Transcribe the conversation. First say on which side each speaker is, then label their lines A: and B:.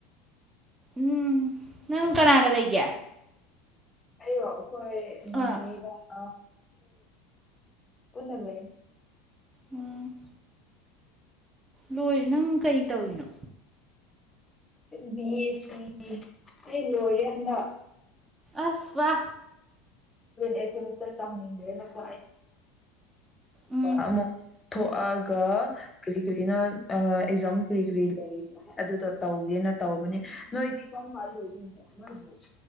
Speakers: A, on the right; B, on the left.
A: ꯎꯝ ꯅꯪ ꯀꯅꯥꯒ ꯂꯩꯒꯦ
B: ꯑꯩꯌꯣ ꯑꯩꯈꯣꯏ ꯏꯅꯦꯒ
A: ꯑꯥ
B: ꯄꯨꯟꯅ ꯂꯩ
A: ꯎꯝ ꯂꯣꯏ ꯅꯪ ꯀꯩ ꯇꯧꯔꯤꯅꯣ
B: ꯕꯤ ꯑꯦ ꯁꯤ ꯑꯩ ꯂꯣꯏꯔꯦ ꯍꯟꯗꯛ
A: ꯑꯁ ꯋꯥ
B: ꯑꯦꯁꯦ ꯑꯃꯁꯔ ꯇꯝ ꯅꯒ ꯐ
A: ꯎꯝ
B: ꯑꯃꯨꯛ ꯊꯣꯛꯑꯒ ꯀꯔꯤ ꯀꯔꯤꯅꯣ ꯑꯦꯛꯖꯥꯝ ꯀꯔꯤ ꯀꯔꯤ ꯂꯩꯕ ꯑꯗꯨꯗꯣ ꯇꯧꯒꯦꯅ ꯇꯧꯕꯅꯦ ꯅꯣꯏꯗꯤ ꯀꯔꯝ ꯀꯥꯟ ꯂꯣꯏꯗꯣꯏꯅꯣ ꯅꯣꯏꯕꯨ